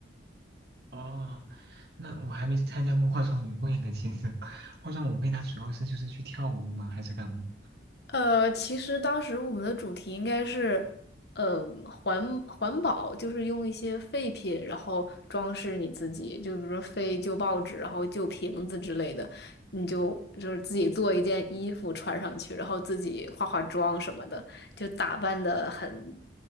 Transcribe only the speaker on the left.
呃，其实当时我们的主题应该是，呃，环环保，就是用一些废品，然后装饰你自己，就比如说废旧报纸，然后旧瓶子之类的，你就就是自己做一件衣服穿上去，然后自己化化妆什么的，就打扮的很，